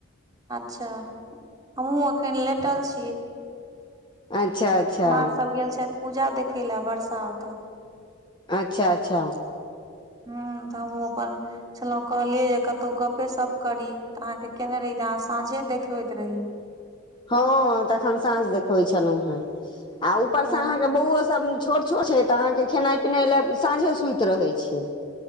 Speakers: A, on the right; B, on the left.
A: अच्छा हमहुँ अखन लेटल छी
B: अच्छा अच्छा
A: माँ सब गेल छैथ पूजा देखे लए बरषा ओतऽ
B: अच्छा अच्छा
A: हूँ त हम अपन छलो कहलियै जे कतहु गपे सप करी तऽ अहाँके केने रही त अहाँ साँझे देखबैत रही
B: हँ तखन साँस देखबै छलहुँ हेँ आ ऊपर
A: ह
B: से अहाँके बौओ सब छोट छोट छै तऽ अहाँके खेनाइ पिनाइ लए साँझे सुति रहै छिय